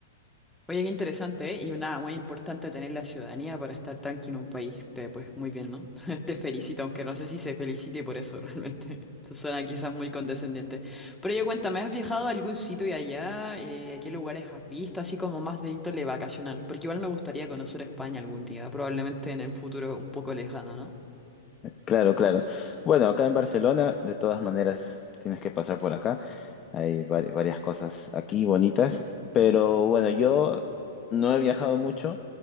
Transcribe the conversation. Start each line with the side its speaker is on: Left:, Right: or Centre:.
Centre: Oye, qué interesante, ¿eh? Y una muy importante tener la ciudadanía para estar tranquilo en un país, te, pues muy bien, ¿no? <laughs> Te felicito, aunque no sé si se felicite por eso realmente. <laughs> Eso Suena quizás muy condescendiente. Pero oye, cuéntame, ¿has viajado a algún sitio y allá? Eh, ¿qué lugares has visto? Así como más de índole vacacional. Porque igual me gustaría conocer España algún día, probablemente en el futuro un poco lejano, ¿no?
Left: Claro, claro. Bueno, acá en Barcelona, de todas maneras, tienes que pasar por acá. Hay vari- varias cosas aquí bonitas, pero bueno, yo no he viajado mucho.